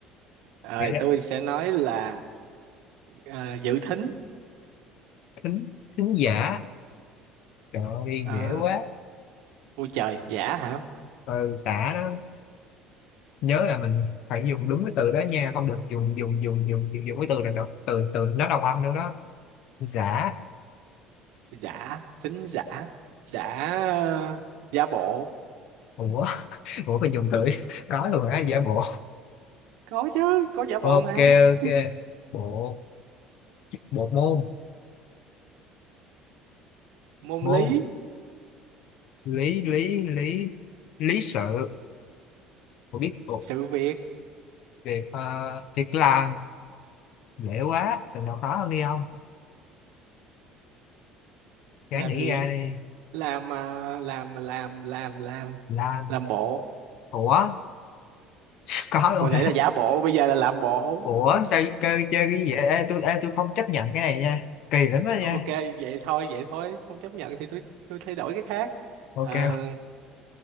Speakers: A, on the right; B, on the left.
A: rồi
B: Vậy đó.
A: tôi sẽ nói là ờ, dự thính
B: thính thính giả trời ơi
A: Ờ,
B: dễ quá
A: ôi trời giả hả
B: ừ, xả đó nhớ là mình phải dùng đúng cái từ đó nha không được dùng dùng dùng dùng dùng, dùng cái từ này đâu từ từ nó đồng âm nữa đó giả
A: giả thính giả giả ờ, giả bộ
B: ủa <laughs> ủa mình dùng từ <laughs> có rồi á giả bộ
A: có chứ có giả bộ
B: ok
A: mà
B: ok
A: <laughs>
B: bộ bộ môn
A: môn
B: môn
A: lý
B: lý lý lý lý sự Tôi biết thuộc
A: sự việc
B: việc uh, việc làm dễ quá từ nào khó hơn đi không ráng
A: làm
B: nghĩ
A: gì
B: ra đi
A: làm à, làm làm làm làm
B: làm
A: làm bộ
B: ủa <laughs> có luôn
A: hồi
B: hả?
A: nãy là giả bộ bây giờ là làm bộ
B: ủa sao chơi chơi cái gì vậy ê, tôi ê, tôi không chấp nhận cái này nha kỳ lắm đó
A: ok
B: nha
A: vậy thôi vậy thôi không chấp nhận thì tôi tôi thay đổi cái khác
B: ok
A: Ờ,